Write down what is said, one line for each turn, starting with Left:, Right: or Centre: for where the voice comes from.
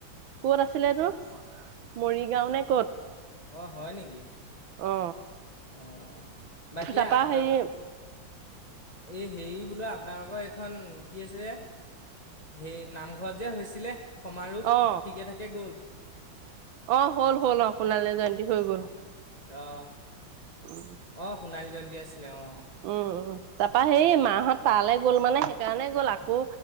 Right: কত আছিল তো মৰিগাঁও নে ক'ত
Left: অ হয় নেকি
Right: অ।
Left: অ বাকী
Right: তাৰপা
Left: আপোনাল
Right: হেৰি
Left: এই হেৰি বোলো আপোনালোকৰ এইখন কি আছিলে হে নামঘৰত যে হৈছিলে সমাৰোহ
Right: অ
Left: ঠিকে থাকে গ'ল
Right: অ হ'ল হ'ল অ সোণালী জয়ন্তী হৈ গ'ল
Left: অ
Right: উম
Left: অ সুণালী জন আছিলে অ
Right: উম উম তাপা সেই মাহঁত তালৈ গ'ল মানে সেইকাৰণে গ'ল আকৌ